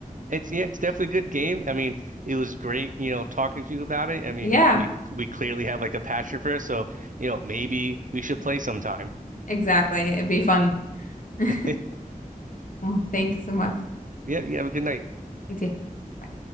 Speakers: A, on the right; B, on the left.
A: It's yeah, it's definitely a good game. I mean, it was great, you know, talking to you about it. I mean,
B: Yeah.
A: we we clearly have like a passion for it, so you know, maybe we should play sometime.
B: Exactly. It'd be fun. <laughs>
A: <laughs>
B: Well, thank you so much.
A: Yeah, you have a good night.
B: You too. Bye.